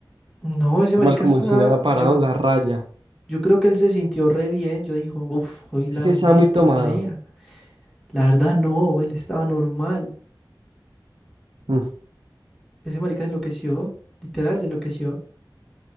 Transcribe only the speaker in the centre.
No, ese
marica
está,
yo,
yo creo que él se sintió re bien, yo dijo, uff, hoy
la
meto,
nea. La verdad no, él estaba normal.
Ese marica enloqueció, literal, se enloqueció.